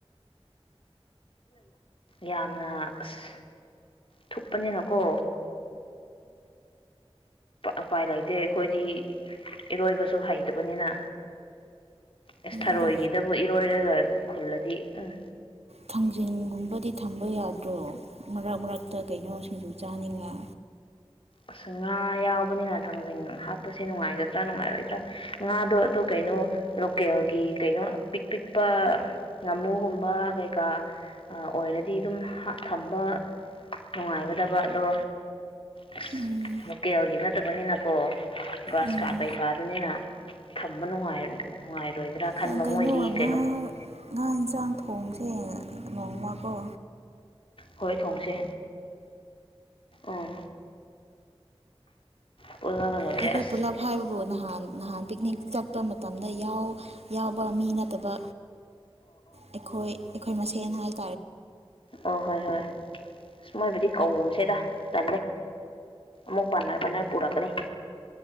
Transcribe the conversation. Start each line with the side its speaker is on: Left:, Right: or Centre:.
Left: ꯌꯥꯝꯅ ꯑꯁ ꯊꯨꯞꯄꯅꯤꯅꯀꯣ ꯎꯄꯥꯏ ꯂꯩꯇꯦ ꯑꯩꯈꯣꯏꯗꯤ ꯏꯔꯣꯏꯕꯁꯨ ꯍꯩꯇꯕꯅꯤꯅ ꯑꯦ ꯊꯔꯣꯏꯒꯤꯗꯕꯨ
Right: ꯑꯗꯣ
Left: ꯏꯔꯣꯏꯔꯒ ꯈꯨꯜꯂ ꯗꯤ ꯎꯝ
Right: ꯊꯥꯡꯖꯤꯡꯒꯨꯝꯕꯗꯤ ꯊꯝꯕ ꯌꯥꯗ꯭ꯔꯣ ꯃꯔꯛ ꯃꯔꯛꯇ ꯀꯩꯅꯣꯁꯤꯡꯁꯨ ꯆꯥꯅꯤꯡꯉꯦ
Left: ꯑꯁ ꯉꯥ ꯌꯥꯎꯕꯅꯤꯅ ꯊꯥꯡꯖꯤꯡ ꯍꯥꯞꯄꯁꯦ ꯅꯨꯡꯉꯥꯏꯒꯗ꯭ꯔꯥ ꯅꯨꯡꯉꯥꯏꯔꯣꯏꯗ꯭ꯔꯥ ꯉꯥꯗꯣ ꯑꯗꯣ ꯀꯩꯅꯣ ꯂꯣꯀꯦꯜꯒꯤ ꯀꯩꯅꯣ ꯄꯤꯛ ꯄꯤꯛꯄ ꯉꯥꯃꯨꯒꯨꯝꯕ ꯀꯩꯀꯥ ꯑꯣꯏꯔꯗꯤ ꯑꯗꯨꯝ ꯊꯝꯕ ꯅꯨꯡꯉꯥꯏꯒꯗꯕ ꯑꯗꯣ ꯑꯁ
Right: ꯎꯝ
Left: ꯂꯣꯀꯦꯜꯒꯤ ꯅꯠꯇꯕꯅꯤꯅꯀꯣ ꯒ꯭ꯔꯥꯁ
Right: ꯎꯝ
Left: ꯀꯥ ꯀꯩꯀꯥꯗꯨꯅꯤꯅ ꯊꯝꯕꯅꯨꯡꯥꯏ ꯅꯨꯡꯉꯥꯏ ꯅꯨꯡꯉꯥꯏꯔꯣꯏꯗ꯭ꯔꯥ ꯈꯟꯕ
Right: ꯌꯥꯝ ꯀꯩꯅꯣ
Left: ꯃꯣꯏꯗꯤ
Right: ꯉꯥ ꯉꯥ ꯌꯦꯟꯁꯥꯡ ꯊꯣꯡꯁ ꯁ ꯅꯣꯡꯃꯀ
Left: ꯍꯣꯏ ꯊꯣꯡꯁꯦ ꯑꯥ <inaudible> ꯂꯣꯏꯔꯦ
Right: ꯑꯩꯈꯣꯏ
Left: ꯑꯁ
Right: ꯄꯨꯂꯞ ꯍꯥꯏꯕꯕꯨ ꯅꯍꯥꯟ ꯑ ꯄꯤꯛꯅꯤꯛ ꯆ ꯆꯠꯄ ꯃꯇꯝꯗ ꯌꯥꯎ ꯌꯥꯎꯕ ꯃꯤ ꯅꯠꯇꯕ ꯑꯩꯈꯣꯏ ꯑꯩꯈꯣꯏ ꯃꯁꯦꯟ ꯍꯅ
Left: ꯑ ꯍꯣꯏ ꯍꯣꯏ ꯑ ꯃꯣꯏꯕꯨꯗꯤ ꯀꯧꯒꯨꯝꯁꯦꯗ ꯇꯦ ꯃꯨ ꯄꯥꯟꯔ ꯄꯥꯟꯔ ꯄꯨꯔꯛꯀꯅꯤ